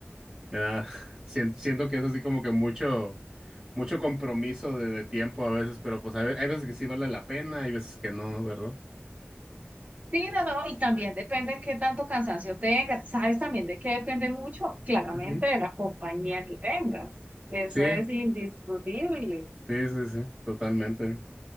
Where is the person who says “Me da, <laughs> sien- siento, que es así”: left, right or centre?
Right